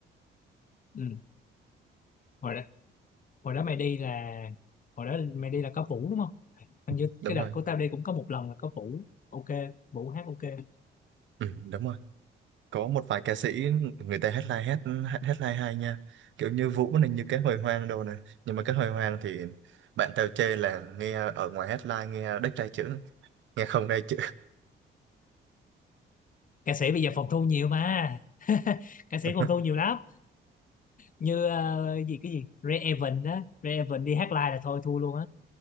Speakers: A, on the left; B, on the right.
A: ừ. hồi đó hồi đó mày đi là hồi đó mày đi là có Vũ đúng không hình
B: <laughs>
A: như
B: đúng
A: cái đợt
B: rồi
A: của tao đi cũng có một lần là có Vũ ok Vũ hát ok
B: ừ, đúng rồi có một vài ca sĩ người ta headline hát hát headline hay nha kiểu như Vũ này như cái hồi hoang đâu này nhưng mà cái hồi hoang thì bạn tao chê là nghe ở ngoài headline nghe đếch tai chữ nghe không tai chữ
A: ca sĩ bây giờ phòng thu nhiều mà <laughs> ca sĩ
B: <laughs>
A: phòng thu nhiều lắm như ờ, gì cái gì Ray Evan đó Ray Evan đi hát live là thôi thua luôn á